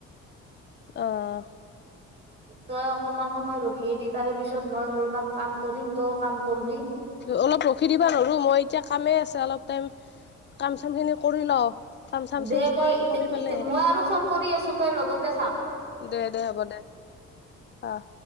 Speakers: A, on the left; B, on the right.
A: অহ ',
B: তই অকনমান সময় ৰখিয়ে দি তাৰে পিছত মই অলপমান কাম কৰিম তয়ো কাম কৰবি।
A: অলপ ৰখি দিবা নৰো মই এতিয়া কামেই আছে অলপ টাইম কাম -চাম খিনি কৰি লও কাম- চাম
B: দে
A: চেছ
B: মই
A: কৰি পেলেহে।
B: ইতি মই আৰু ফোন কৰি আছো তই লগতে থাক।
A: দে -দে হ'ব দে অহ।